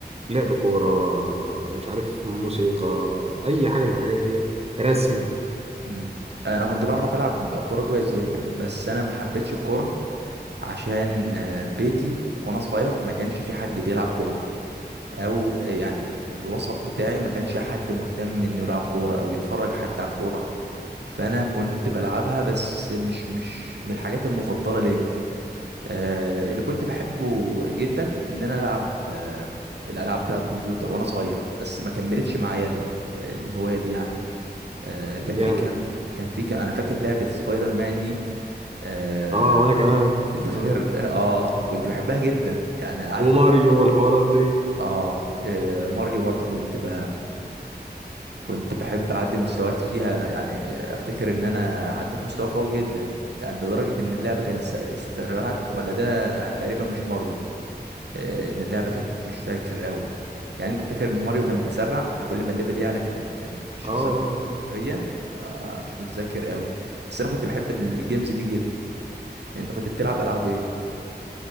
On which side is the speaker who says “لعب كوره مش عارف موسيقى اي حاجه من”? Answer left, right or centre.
Right